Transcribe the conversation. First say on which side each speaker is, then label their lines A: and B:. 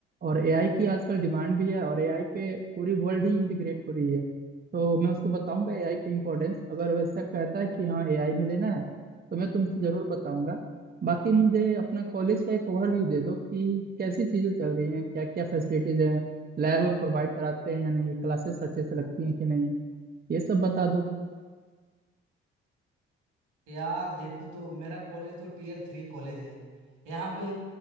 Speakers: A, on the right (about 30°); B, on the right (about 80°).
A: और एआई की आजकल डिमांड भी है और एआई पे पूरी वर्ल्ड ही इंटीग्रेट हो रही है तो मैं उसको बताऊंगा एआई की इम्पोर्टेंस अगर वैसा कहता है कि हाँ एआई में लेना है तो मैं तुमसे जरूर बताऊंगा बाकी मुझे अपना कॉलेज का एक ओवरव्यू दे दो कि कैसी चीजें चल रही हैं क्या क्या फैसिलिटीज हैं लैब प्रोवाइड कराते हैं या नहीं क्लासेस अच्छे से लगती हैं कि नहीं ये सब बता दो
B: यार देखो तो मेरा कॉलेज तो टीयर थ्री कॉलेज है यहाँ पे